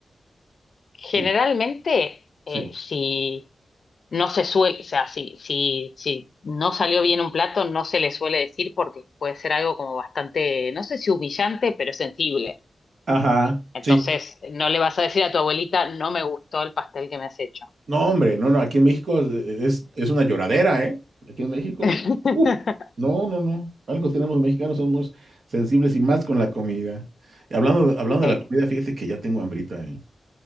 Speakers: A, on the left (about 65°); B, on the right (about 65°).
A: Generalmente,
B: Sí, sí.
A: eh, si no se suele, o sea, si, si, si no salió bien un plato, no se le suele decir porque puede ser algo como bastante, no sé si humillante, pero sensible.
B: Ajá.
A: Entonces,
B: Sí,
A: no le vas a decir a tu abuelita, no me gustó el pastel que me has hecho.
B: No, hombre, no, no, aquí en México eh, eh, es, es una lloradera, ¿eh? Aquí en México,
A: <laughs>
B: uf, no, no, no, algo tenemos mexicanos, somos sensibles y más con la comida. Y hablando, de- hablando de
A: Eh,
B: la comida, fíjate que ya tengo hambrita, ¿eh?